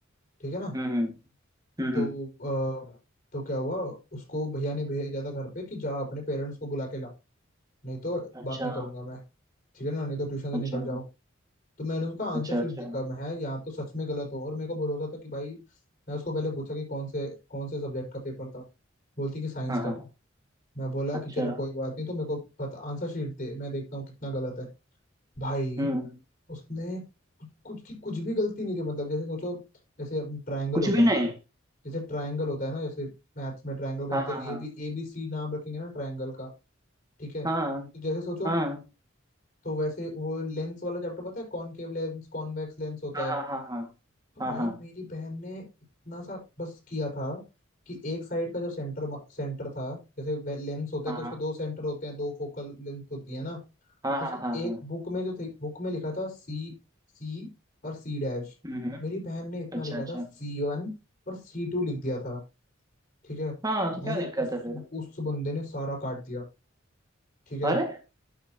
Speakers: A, on the left (about 45°); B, on the right (about 20°).
A: ठीक है ना
B: हम्म हम्म हम्म
A: तो
B: हम्म,
A: अ, तो क्या हुआ उसको भैया ने भेजा था घर पे कि जा अपने पेरेंट्स को बुला के ला नहीं तो
B: अच्छा
A: बात नहीं करूंगा मैं ठीक है ना नहीं तो ट्यूशन से
B: अच्छा
A: निकल जाओ तो मैंने उसका आंसर
B: अच्छा
A: शीट
B: अच्छा
A: देखा मैं है या तो सच में गलत हो और मेरे को भरोसा था कि भाई मैं उसको पहले पूछा कि कौन से कौन से सब्जेक्ट का पेपर था बोलती कि साइंस
B: हाँ
A: का
B: हाँ
A: था मैं बोला
B: अच्छा
A: कि चलो कोई बात नहीं तो मेरे को पता आंसर शीट दे मैं देखता हूँ कितना गलत है भाई
B: हम्म
A: उसने कुछ कुछ की कुछ भी गलती नहीं की मतलब जैसे सोचो जैसे ट्रायंगल
B: कुछ
A: होता
B: भी
A: है
B: नहीं
A: जैसे ट्रायंगल होता है ना जैसे मैथ्स में ट्रायंगल बनाते
B: हाँ हाँ
A: हैं ए बी ए बी सी नाम रखेंगे ना ट्रायंगल का ठीक है
B: हाँ
A: तो जैसे सोचो
B: हाँ
A: तो वैसे वो लेंस वाला चैप्टर पता है कॉनकेव लेंस कॉन्वेक्स लेंस होता
B: हाँ
A: है
B: हाँ हाँ हाँ
A: तो
B: हाँ
A: भाई
B: हाँ हाँ
A: मेरी बहन ने इतना सा बस किया था कि एक साइड का जो सेंटर सेंटर था जैसे लेंस होता
B: हाँ
A: है
B: हाँ
A: तो उसके
B: हाँ
A: दो सेंटर होते हैं दो फोकल लेंथ होती है ना तो
B: हाँ हाँ
A: उसने
B: हाँ हाँ
A: एक बुक में जो थी बुक में लिखा था सी सी और सी डैश
B: हम्म हम्म,
A: मेरी बहन ने इतना
B: अच्छा
A: लिखा
B: अच्छा
A: था सी वन और सी टू लिख दिया था ठीक है
B: हाँ तो
A: भाई
B: क्या दिक्कत
A: उस
B: है फिर
A: उस बंदे ने सारा काट दिया ठीक है
B: अरे